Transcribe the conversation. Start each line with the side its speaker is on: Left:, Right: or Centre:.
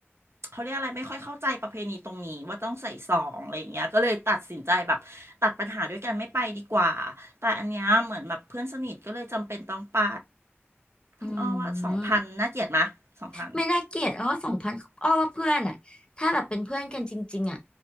Right: เขาเรียกอะไรไม่ค่อยเข้าใจประเพณีตรงนี้ว่าต้องใส่ซองอะไรอย่างเงี้ยก็เลยตัดสินใจแบบตัดปัญหาด้วยกันไม่ไปดีกว่าแต่อันเนี้ยเหมือนแบบเพื่อนสนิทก็เลยจำเป็นต้องไป
Left: อื
Right: คุณอ้อว่าสองพันน่าเกลียดไหมสองพัน
Left: มไม่น่าเกลียดอ้อสองพันอ้อว่าเพื่อนอ่ะถ้าแบบเป็นเพื่อนกันจริงๆอ่ะ